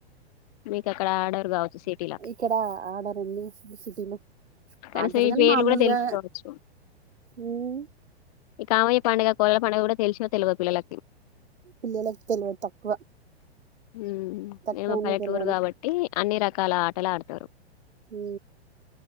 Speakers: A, on the left; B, on the right.
A: మీకు అక్కడ అడరుకావచ్చు సిటీలా
B: ఇక్కడ ఆడరండి అసలు సిటీలో
A: కనీసం
B: ఆడతారు
A: ఈ
B: కానీ
A: పేర్లు
B: మామూలుగా
A: కూడా తెలుసుకవచ్చు
B: ఉమ్
A: ఈ కామయ్య పండుగ కోలలా పండగ కూడా తెల్సో తేల్వదో పిల్లలకి
B: పిల్లలకు తెల్వద్ తక్కువ
A: మ్
B: తక్కువ
A: ఇగా
B: అండి
A: పల్లెటూరు
B: తెలవడం
A: కాబట్టి అన్ని రకాల ఆటల్ ఆడతారు
B: ఉ